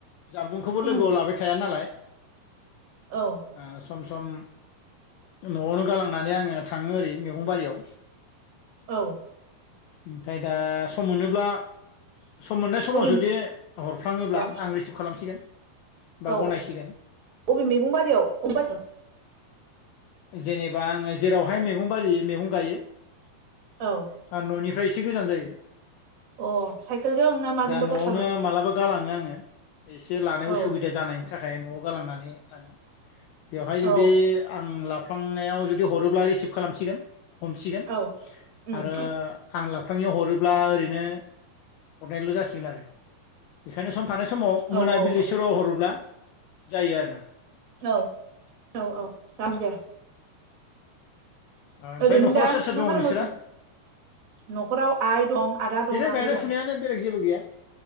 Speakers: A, on the left (about 80°); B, on the right (about 85°).
A: जानबुंखोबो लोगोआव
B: उम
A: लाबाय थाया नालाय
B: औ
A: ओ सम सम न'आवनो गालांनानै आङो थाङो ओरै मेगंबारियाव।
B: औ
A: ओमफ्राय दा सम मोनोब्ला सम मोननाय समाव
B: अबे
A: जुदि हरफ्लाङोब्ला
B: औ
A: आं रिसिभ खालामसिगोन। बा
B: औ
A: गनायसिगोन।
B: अबे मेगं बारियाव <unintelligible>
A: जेनेबा आङो जेरावहाय मेगं बारि मेगं गायो ओ
B: औ
A: न'नि फ्राय एसे गोजान जायो।
B: अ साइकेलजों ना माजोंबाफोर
A: दा न'आवनो
B: थाङो
A: मालाबा गालाङो आङो एसे लानाय उसुबिदा
B: औ
A: जानायनि थाखाय न'आव गालांनानै थाङो। बेवहाय जुदि
B: औ
A: आं लाब नायाव जुदि हरोब्ला रिसिभ खालामसिगोन हमसिगोन
B: औ उम
A: आरो आं लाब फ्लाङिआव हरोब्ला ओरैनो हरनायल' जासिगोन आरो बेखायनो सम थानाय समाव मोनाबिलि
B: औ औ
A: सोराव हरोब्ला जायो आरोना।
B: औ औ औ <unintelligible>
A: ओमफ्राय
B: ओरैनो
A: न'खराव
B: दा
A: सोर सोर
B: मा
A: दङ
B: खालामगासिनो
A: नोंसोरा
B: न'खराव आइ दं आदा दं
A: ओरैनो गायनाय
B: आगै दं
A: फुनायानो बेलेग जेबो गैया